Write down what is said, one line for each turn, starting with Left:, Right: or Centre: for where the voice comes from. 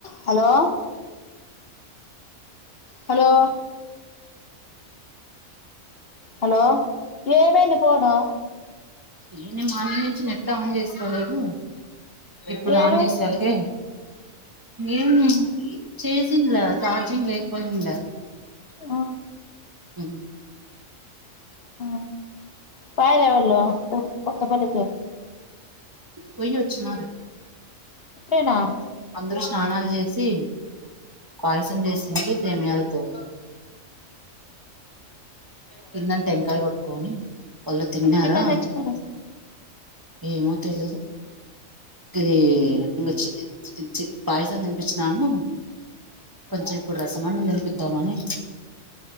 Left: Hello hello hello ఏమయిందే phone
Right: ఏ నేను మార్నింగ్ నుంచి నెట్ ఆన్ చేసుకోలేదు ఇప్పుడు
Left: ఏమి
Right: ఆన్ చేసే సలికే ఏం చేసింలా చార్జింగ్ లేకపోయిండా
Left: ఆ
Right: ఉ
Left: ఉ పైలేవాళ్లు కొత్త పలికి
Right: పోయి వచ్చినారు
Left: ఇప్పుడేనా
Right: అందరూ స్నానాల్ చేసి క్వాయిసం చేసింటి సేమ్యాలతో కిందన్ టంకాయ కొట్టుకోని వాళ్ళు తిన్నారా
Left: చికెన్ తెచ్చుకోలే
Right: ఏమో తెలీదు కి ఇది ఇంకా చి చి చి పాయసం తినిపించినాన కొంచెం ఇప్పుడు రసం అన్నం తినిపిద్దామని